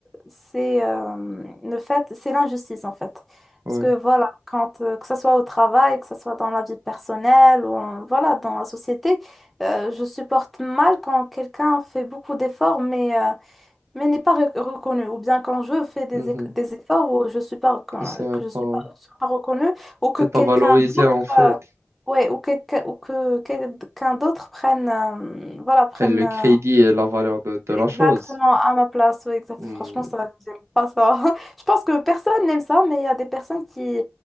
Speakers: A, in the centre; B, on the right.
A: c'est euh, le fait, c'est l'injustice en fait.
B: Ouais.
A: Parce que voilà, quand, euh, que ce soit au travail, que ce soit dans la vie personnelle ou en- voilà, dans la société, euh, je supporte mal quand quelqu'un fait beaucoup d'efforts, mais euh, mais n'est pas re- reconnue. Ou bien quand je fais des,
B: Mhm.
A: eff- des efforts ou je suis pas, recon-
B: Et C'est
A: que je suis
B: pas,
A: pas, je suis pas reconnue, ou que
B: c'est
A: quelqu'un
B: pas valorisé
A: d'autre,
B: en fait.
A: euh, ouais, ou, quelqu'un- ou que quelqu'un d'autre prenne, euh, voilà, prenne
B: Prennent le
A: euh,
B: crédit et la valeur de, de la
A: exactement
B: chose.
A: à ma place. Ouais, exact.
B: Hmm.
A: Franchement, ça, j'aime pas ça. <laughs> Je pense que personne n'aime ça, mais il y a des personnes qui,